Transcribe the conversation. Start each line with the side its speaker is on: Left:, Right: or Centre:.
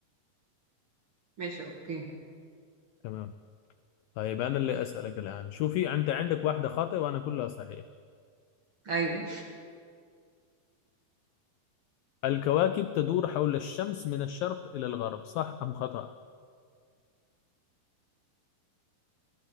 Right: ماشي أوكي
Left: تمام طيب أنا اللي أسألك الآن شوفي أنت عندك واحدة خاطئة وأنا كلها صحيح
Right: أيوه
Left: الكواكب تدور حول الشمس من الشرق إلى الغرب صح أم خطأ؟